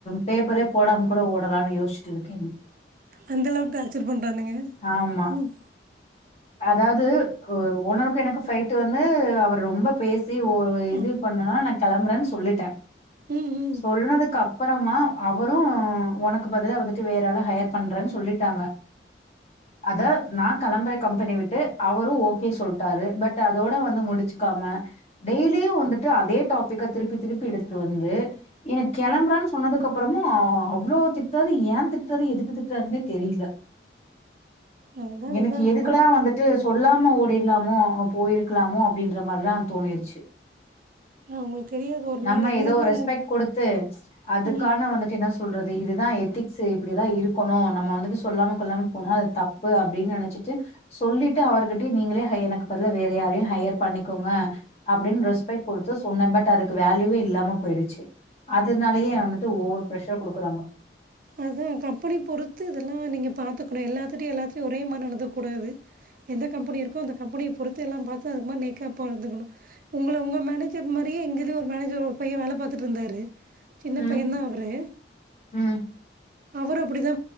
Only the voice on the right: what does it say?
அந்த அளவுக்கு டார்ச்சர் பண்ணுறானுங்க
ம்
ஆ.
ம் ம்
அதுதான்
அதுதான்
உங்கள்
உங்களுக்கு தெரியாது ஒரு
மேடம் எங்கே
இருந்தால்
உங்கள்
ம்
அதா கம்பெனி பொறுத்து இதெல்லா நீங்க பாத்துக்கணு எல்லாத்துட்டையு எல்லாத்துட்டயு ஒரே மாரி நடந்துக்க கூடாது எந்த கம்பெனி இருக்கோ அந்த கம்பெய பொறுத்து எல்லா பாத்து அதுக்கு மாரி நேக்கா பாத்துக்கணு உங்கள உங்க மேனேஜர் மாரியே எங்கதுலயு ஒரு மேனேஜர் ஒரு பைய வேல பாத்துட்டு இருந்தாரு சின்னப்பையன்
தா அவரு
அவரு அப்டி தா